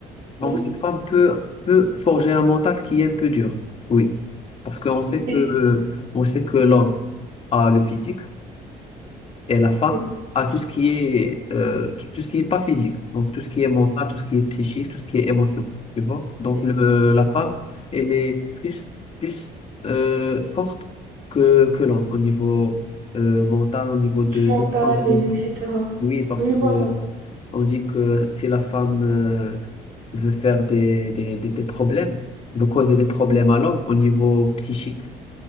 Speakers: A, on the left; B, on the right.
A: Donc,
B: Oui.
A: cette femme peut, peut forger un mental qui est un peu dur. Oui. Parce qu'on sait
B: Oui.
A: que, on sait que l'homme a le physique et la femme
B: oui,
A: a tout ce qui est euh, qui- tout ce qui est pas physique donc tout ce qui est mental
B: oui,
A: tout ce qui est psychique tout ce qui est émotion tu vois donc
B: oui.
A: le, la femme elle est plus plus euh, forte que que l'homme au niveau euh, mental au niveau de
B: Du mental,
A: gestion d'émotion
B: et etc.
A: oui parce
B: Oui,
A: que
B: voilà.
A: euh, on dit que si la femme euh, veut faire des, des, des, des problèmes veut causer des problèmes à l'homme au niveau psychique